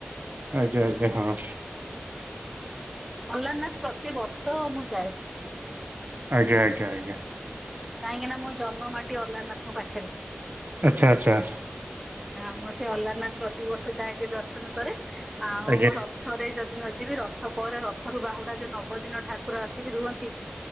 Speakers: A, on the right (about 50°); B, in the centre.
A: ଆଜ୍ଞା -ଆଜ୍ଞା -ହଁ।
B: ଆଲାରନାଥ୍ ପ୍ରତିିବର୍ଷ ମୁଁ ଯାଏ।
A: ଆଜ୍ଞା- ଆଜ୍ଞା -ଆଜ୍ଞା।
B: କାହିଁକି ନା ମୋ ଜନ୍ମ ମାଟି ଅଲାରନାଥଙ୍କ ପାଖେରେ।
A: ଆଚ୍ଛା ଆଚ୍ଛା।
B: ହଁ- ମୁଁ ସେ ଅଲାରନାଥ୍ ପ୍ରତିବର୍ଷ ଯାଏ ଟିକେ ଦର୍ଶନ କରେ। ଆଉ
A: ଆଜ୍ଞା
B: ରଥରେ ଯଦି ନ ଯିବି ରଥ୍ ରଥ ପରେ ରଥରୁ ବାହୁଡା ଯଉ ନବ ଦିନ ଠାକୁର ଆସିକି ରୁହନ୍ତି